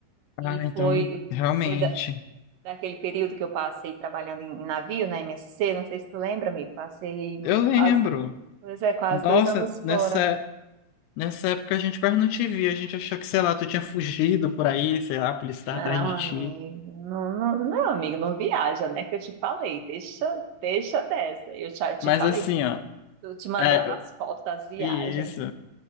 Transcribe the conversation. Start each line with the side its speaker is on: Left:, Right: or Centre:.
Right: E
Left: Ah, então,
Right: foi,
Left: realmente.
Right: foi, daquele período que eu passei trabalhando em, em navio, na MSC, não sei se tu lembra, amigo, passei
Left: Eu lembro.
Right: quase, pois é, quase
Left: Nossa,
Right: dois anos
Left: nessa,
Right: fora.
Left: nessa época a gente quase não te via. A gente achou que, sei lá, tu tinha fugido por aí, sei lá, a polícia estava
Right: Não,
Left: atrás de
Right: amigo,
Left: ti.
Right: não, não, não, amigo, não viaja, né, que eu te falei, deixa, deixa dessa, eu te, te
Left: Mas
Right: falei,
Left: assim, ó.
Right: eu te mandava
Left: É,
Right: as fotos das viagens
Left: isso.